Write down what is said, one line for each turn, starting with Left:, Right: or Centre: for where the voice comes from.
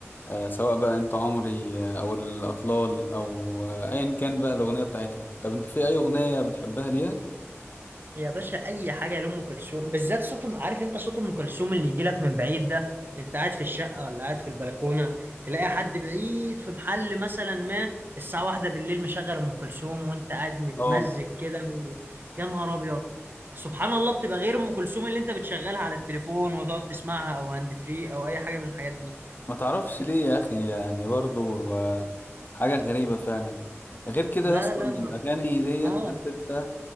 Left: آه، سواء بقى انت عمري آه، او الاطلال او آه، ايا كان بقى الاغنيه بتاعتها طب انت في اي اغنيه بتحبها ليها
Right: يا باشا اي حاجه لام كلثوم بالذات صوت أم- عارف انت صوت ام كلثوم اللي يجي لك من بعيد ده انت قاعد في الشقه ولا قاعد في البلكونه تلاقي حد بعيد في محل مثلا ما الساعه واحدة بالليل مشغل ام كلثوم وانت قاعد متمزج
Left: اه
Right: كده و... يا نهار ابيض سبحان الله بتبقى غير ام كلثوم اللي انت بتشغلها على التليفون وتقعد تسمعها او هاند فري او اي حاجه من الحاجات دي
Left: ما تعرفش ليه يا اخي يعني برضو آه، حاجه غريبه فعلا غير كده
Right: لا
Left: يا اسطى
Right: لا
Left: إن
Right: ما...
Left: الاغاني ديت
Right: اه
Left: عارف انت